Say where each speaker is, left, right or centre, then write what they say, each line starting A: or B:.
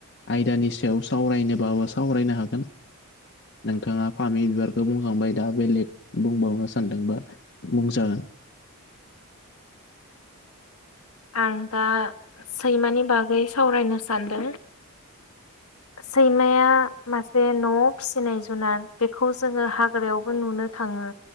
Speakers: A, on the left; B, on the left.
A: आयदानि सायाव सावरायनोबाबो सावरायनो हागोन। नोंथाङा फामि बिबारखौ बुंखांबाय दा बेलेग बुंबावनो सानदोंबा बुंजागोन।
B: आं दा सैमानि बागै सावरायनो सानदों। सैमाया मासे न'आव फिसिनाय जुनार बेखौ जोङो हाग्रायावबो नुनो थाङो